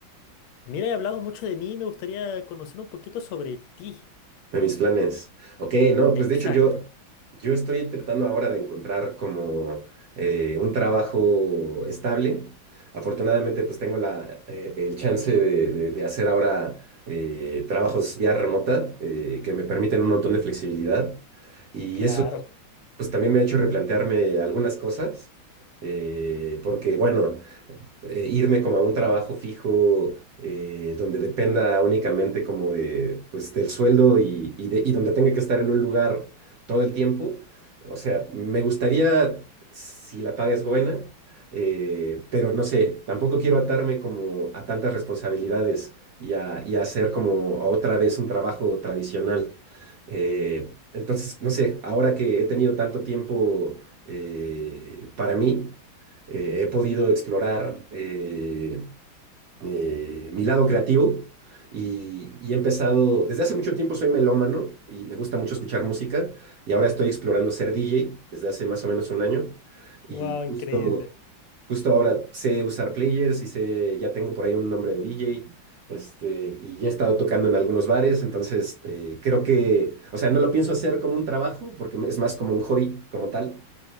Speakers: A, on the left (about 85°); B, on the right (about 55°).
A: mira, he hablado mucho de mí y me gustaría conocer un poquito sobre ti.
B: De mis planes. Ok, no, pues
A: Exacto,
B: de hecho yo, yo estoy tratando ahora de encontrar como eh, un trabajo estable. Afortunadamente, pues tengo la, eh, el chance de, de- de hacer ahora eh, trabajos vía remota eh, que me permiten un montón de flexibilidad. Y
A: claro.
B: eso pues también me ha hecho replantearme algunas cosas, eh, porque bueno, eh, irme como a un trabajo fijo eh, donde dependa únicamente como de, pues, del sueldo y, y, de- y donde tenga que estar en un lugar todo el tiempo, o sea, me gustaría si la paga es buena, eh, pero no sé, tampoco quiero atarme como a tantas responsabilidades y a, y a hacer como otra vez un trabajo tradicional. Eh, entonces, no sé, ahora que he tenido tanto tiempo eh, para mí, eh, he podido explorar, eh, eh, mi lado creativo y, y he empezado, desde hace mucho tiempo soy melómano y me gusta mucho escuchar música y ahora estoy explorando ser DJ desde hace más o menos un año
A: Wow,
B: y justo,
A: increíble.
B: justo ahora sé usar players y sé, ya tengo por ahí un nombre de DJ. Este, y ya he estado tocando en algunos bares, entonces eh, creo que, o sea, no lo pienso hacer como un trabajo, porque me- es más como un hobby como tal,